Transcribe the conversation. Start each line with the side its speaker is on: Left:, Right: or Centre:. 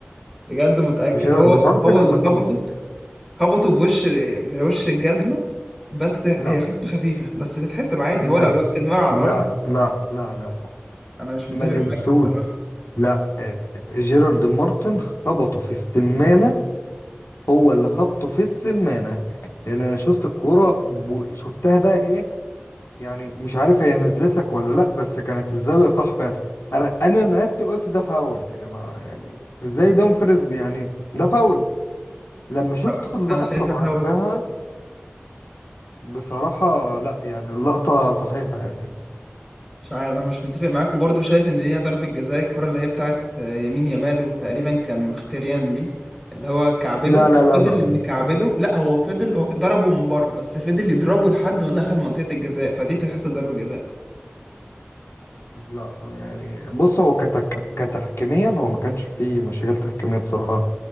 Centre: بجد متاكد
Left: جيرارد
Centre: هو
Left: مارتن
Centre: هو
Left: اللي
Centre: اللي خبطه
Left: خبطه
Centre: خبطه بوش بوش الجزمه بس هي
Left: لا
Centre: خبطه خفيفه بس تتحسب عادي
Left: لا
Centre: هو لو الواد كان واقع على
Left: لا
Centre: الارض
Left: لا لا لا
Centre: انا مش متفق
Left: ما لمسوش
Centre: معاك الصراحه
Left: لا آه، جيرارد مارتن خبطه في السمانة هو اللي خبطه في السمانة لأن أنا شفت الكورة وشفتها بقى إيه يعني مش عارف هي نزلت لك ولا لأ بس كانت الزاوية صح فعلا أنا أنا نادت قلت ده فاول يا جماعة يعني إزاي دومفريز يعني ده فاول لما شفت
Centre: انا
Left: اللقطة
Centre: أنا شايفها
Left: بعدها
Centre: فاول
Left: بصراحة لأ يعني اللقطة صحيحة يعني
Centre: مش عارف انا مش متفق معاك وبرضه شايف ان لينا ضربة جزاء الكرة اللي هي بتاعت آه، يمين يامال وتقريبا كان مختريان دي اللي هو كعبله
Left: لا لا
Centre: فضل
Left: لا لا لا
Centre: مكعبله لا هو فضل هو ضربه من بره بس فضل يضربه لحد ما دخل منطقة الجزاء فدي بتتحسب ضربة جزاء
Left: لا يعني بص هو كتك... كتحكيميا هو ما كانش فيه مشاكل تحكيمية بصراحة